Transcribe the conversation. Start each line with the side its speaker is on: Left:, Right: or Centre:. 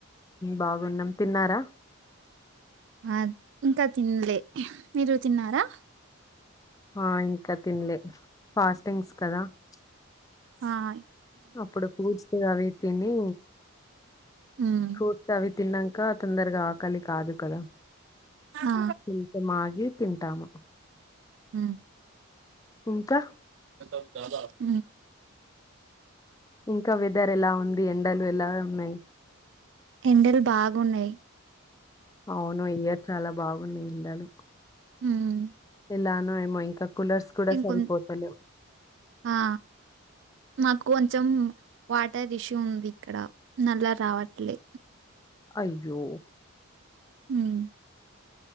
Left: బాగున్నాం తిన్నారా
Right: ఆ ఇంకా తిినలే మీరు తిన్నారా
Left: ఆ ఇంకా తిన్లె <unintelligible> ఫాస్టింగ్స్ కదా <unintelligible>
Right: ఆయి
Left: అప్పుడు కూడ్స్త <unintelligible> అవి తిని
Right: ఉమ్
Left: ఫ్రూట్ అవి తిన్నక తొందరగా ఆకలి కాదు కదా
Right: ఆ
Left: చింత మాగే తింటాము
Right: హ్మ్
Left: ఇంకా
Right: మ స జద <inaudible>
Left: ఇంకా వెదర్ ఎలా ఉంది ఎండలు ఎలా ఉన్నయి
Right: ఎండలు బాగున్నయి
Left: అవును ఇయర్ చాలా బాగుంది ఏండలు
Right: హ్మ్
Left: ఎలానో ఏమో ఇంకా కులర్స్ కుడ సరిపోతలెవ్
Right: కొం ఆ మాకు <unintelligible> కొంచెం వాటర్ ఇష్యూ ఉంది ఇక్కడ నల్లా రావట్లే
Left: అయ్యో
Right: హ్మ్